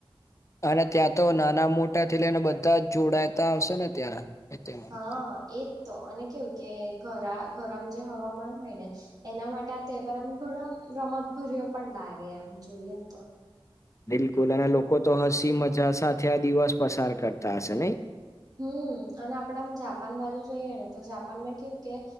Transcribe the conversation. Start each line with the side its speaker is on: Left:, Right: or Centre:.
Left: અને ત્યાં તો નાના મોટા થી લઈને બધા જ જોડાાયતા આવશે ને ત્યાં? એ તહેવારમાં
Right: હા
Left: તો.
Right: એજ તો અને કેવું કે ગરમ જે હવામાન હોય ને. એના માટે આ તહેવારમ ઘણા રમતભર્યો પણ લાગે એમ. જોઈએ ને તો
Left: બિલકુલ અને લોકો તો હસી મજા સાથે આ દિવસ પસાર કરતા હશે નને?
Right: હમ અને આપડે આમ જાપાન બાજુ જોઈએ ને તો જાપાન માં કેવું કે.